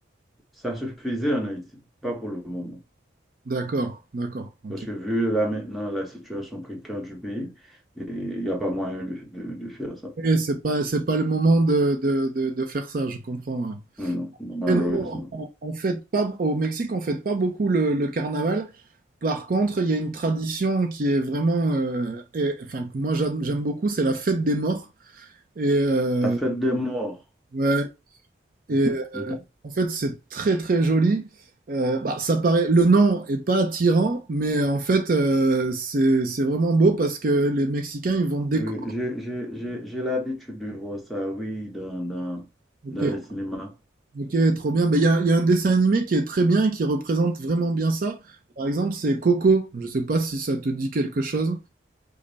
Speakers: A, in the centre; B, on the right.
A: Ça se faisait en Haïti, pas pour le moment.
B: D'accord, d'accord, ok.
A: Parce que vu là maintenant la situation précaire du pays, et il n'y a pas moyen de, de- de faire ça.
B: Et c'est pas, c'est pas le moment de, de- de- de faire ça, je comprends. ouais.
A: Non, non, malheureusement.
B: Et nous, on, on- on fête pas, au Mexique, on fête pas beaucoup le, le carnaval. Par contre, il y a une tradition qui est vraiment, euh, et- enfin que moi j'aime j'aime beaucoup, c'est la fête des morts. Et euh,
A: La fête des morts.
B: ouais,
A: Mhm,
B: et euh,
A: mhm.
B: en fait c'est très très joli. Euh, bah, ça paraît, le nom est pas attirant, mais en fait euh, c'est c'est vraiment beau parce que les Mexicains ils vont décorer.
A: Oui, j'ai j'ai- j'ai- j'ai l'habitude de voir ça, oui, dans, dans,
B: Ok,
A: dans les cinémas.
B: ok, trop bien. Ben il y a, il y a un dessin animé qui est très bien, qui représente vraiment bien ça. Par exemple, c'est Coco. Je sais pas si ça te dit quelque chose.